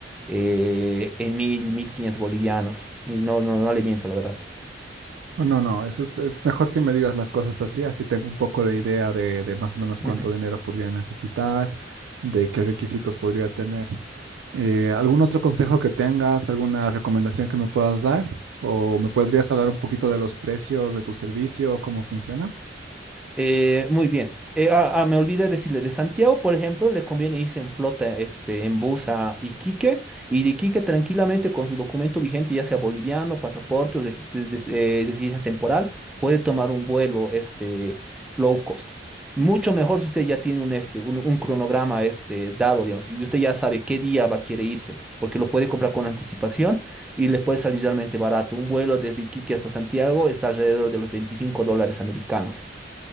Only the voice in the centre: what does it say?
eh, en mil, mil quinientos bolivianos. Y no, no, no le miento, la verdad.
Ujú.
Eh, muy bien. Eh, ah, ah, me olvidé decirle, de Santiago, por ejemplo, le conviene irse en flota, este, en bus a Iquique, y de Iquique tranquilamente con su documento vigente, ya sea boliviano, pasaporte o regi- des- des- eh, residencia temporal, puede tomar un vuelo, este, low cost. Mucho mejor si usted ya tiene un, este, un, un cronograma, este, dado, digamos, y usted ya sabe qué día va a querer irse, porque lo puede comprar con anticipación y le puede salir realmente barato. Un vuelo desde Iquique hasta Santiago está alrededor de los 25 dólares americanos.